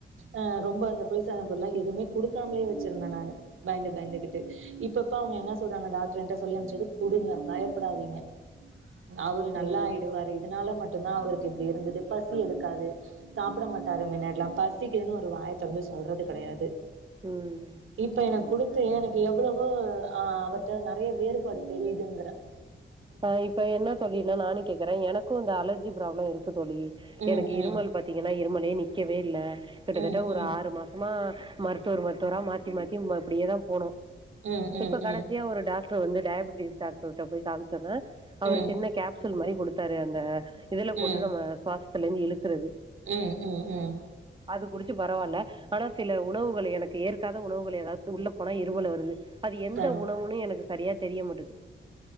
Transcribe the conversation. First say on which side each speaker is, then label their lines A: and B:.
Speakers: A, on the right; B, on the right.
A: அ ரொம்ப அந்த பொய் கண்ட்ரோலா எதுமே குடுக்காமலயே வெச்சிருந்த நானு பயந்து பயந்துகிட்டு இப்பப்ப அவுங்க என்ன சொல்றாங்க டாக்டர் இன்ட் சொல்லி அமிச்சது குடுங்க பயப்படாதீங்க நா ஒரு நல்லா
B: ம்
A: ஆயிடுவாரு இதனால மட்டுந்தா அவருக்கு இப்டி இருந்தது பசி எடுக்காது சாப்ட மாட்டாரு மின்னாடி எல்லா பசிக்குதுன்னு ஒரு வாய தொறந்து சொல்றது கெடயாது
B: ம்
A: இப்ப எனக் குடுத்து எனக்கு எவ்ளோ ப்போ அவர்ட்ட நெறயா வேறுபாடு தெரியுதுங்கிற
B: ஆ இப்ப என்ன தோழி நானு கேக்கறே எனக்கு இந்த அலர்ஜி ப்ராப்ளம் இருக்கு தோழி
A: ம்
B: எனக்கு இருமல்
A: ம்
B: பாத்தீங்கன்னா இருமலே நிக்கவே இல்ல கிட்டத்தட்ட
A: ம்
B: ஒரு
A: ம்
B: ஆறு மாசமா மருத்துவர் மருத்துவரா மாத்தி மாத்தி அப்டியேதா போனோ
A: ம் ம்
B: இப்ப கடைசியா
A: ம்
B: ஒரு டாக்டர் வந்து டயாபிட்டிஸ் டாக்டர்ட்ட போய் காமிச்ச ஒன்ன அவரு
A: ம்
B: சின்ன கேப்சூல் மாரி கொடுத்தாரு அந்த இதுல போட்டு
A: ம்
B: நம்ம சுவாசத்துல இருந்து இழுக்கறது
A: ம் ம் ம்
B: அது குடிச்சு பரவால்ல ஆனா சில உணவுகள் எனக்கு ஏற்காத உணவுகள் எதாவது உள்ள போனா இருமல் வருது அது எந்த
A: தன்
B: உணவுன்னு எனக்கு சரியா தெரிய மாட்டுகுது